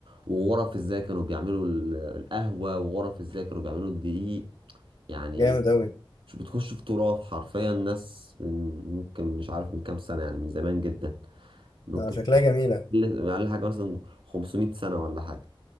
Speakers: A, on the right; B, on the left.
A: وغرف ازاي كانوا بيعملوا ال- القهوة وغرف ازاي كانوا بيعملوا الدقيق يعني
B: جامد أوي
A: مش بتخش في تراث حرفيا الناس من ممكن مش عارف من كام سنة يعني من زمان جدا ممكن
B: آه، شكلها جميلة
A: أقل أقل حاجة مثلا 500 سنة ولا حاجة